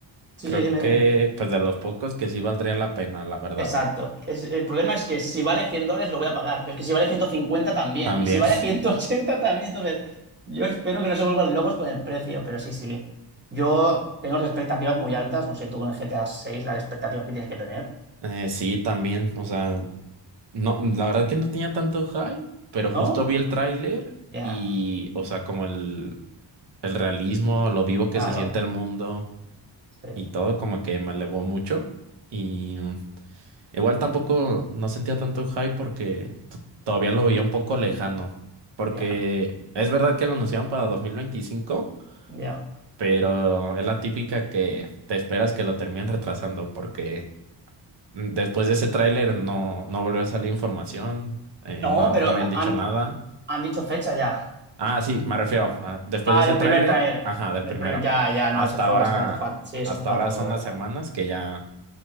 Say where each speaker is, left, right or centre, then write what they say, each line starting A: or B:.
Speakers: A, on the right; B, on the right.
A: Sí,
B: creo
A: sí, dime,
B: que
A: dime.
B: pues de los pocos que sí valdría la pena, la verdad.
A: Exacto. Es- el problema es que si vale 100 dólares lo voy a pagar, pero es que si vale 150 también,
B: También,
A: y si vale 180 también, entonces yo espero que no se vuelvan locos con el precio, pero sí, sí. Yo tengo las expectativas muy altas, no sé tú con el GTA seis las expectativas que tienes que tener,
B: <laughs> eh, sí, también, o sea, no, la verdad que no tenía tanto hype, pero
A: ¿no?
B: justo vi el tráiler
A: Ya,
B: y, o sea, como el el realismo, lo vivo que
A: claro,
B: se siente el mundo
A: sí,
B: y todo como que me elevó mucho. Y mm, igual tampoco no sentía tanto hype porque t- todavía lo veía un poco lejano. Porque
A: ya,
B: es verdad que lo anunciaron para dos mil veinticinco
A: ya.
B: pero es la típica que te esperas que lo terminen retrasando porque mm, después de ese tráiler no, no volvió a salir información, eh,
A: No,
B: no,
A: pero
B: no habían dicho
A: han,
B: nada.
A: han dicho fecha ya.
B: Ah, sí, me refiero. a- después
A: Ah,
B: de ese
A: el
B: tráiler,
A: primer trailer.
B: ajá, del
A: El
B: primero.
A: primer, ya, ya,
B: Hasta
A: no, eso fue
B: ahora,
A: bastante fatal. Sí, eso
B: hasta
A: fue fatal,
B: ahora son
A: la verdad.
B: las semanas que ya